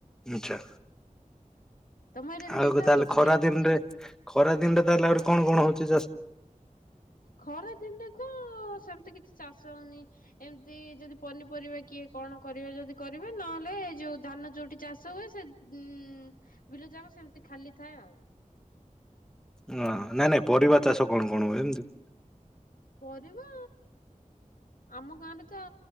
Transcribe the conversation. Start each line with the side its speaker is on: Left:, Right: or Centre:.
Centre: ଆଛା
Left: ତମ ଏରିଆରେ
Centre: ଆଉକୁ
Left: ଦିଥର
Centre: ତାହାଲେ
Left: ହଉଛି
Centre: ଖରା
Left: କି?
Centre: ଦିନରେ ଖରା ଦିନଟା ତାହେଲେ ଆହୁରି କଣ କଣ ହଉଛି ଚାଷ
Left: ଖରା ଦିନଟା ତ ସେମିତି କିଛି ଚାଷ ହଉନି ଏମିତି ଯଦି ପନିପରିବା କିଏ କଣ କରିବେ ଯଦି କରିବେ ନହେଲେ ଏ ଯୋଉ ଧାନ ଯୋଉଠି ଚାଷ ହୁଏ ସେ ଉଁ ବିଲ ଯାକ ସେମିତି ଖାଲି ଥାଏ ଆଉ
Centre: ନା ନାଇଁ ନାଇଁ ପରିବା ଚାଷ କଣ କଣ ହୁଏ ଏମତି
Left: ପରିବା ଆମ ଗାଁ ରେ ତ